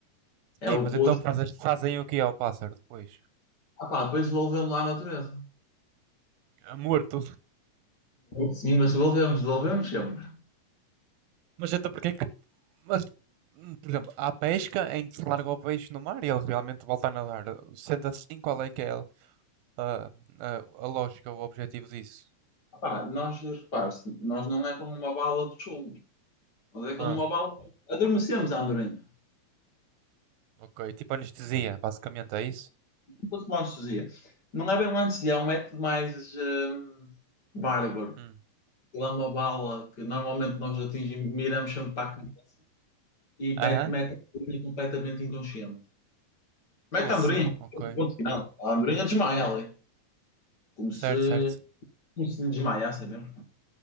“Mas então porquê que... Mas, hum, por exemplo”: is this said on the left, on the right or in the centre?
Right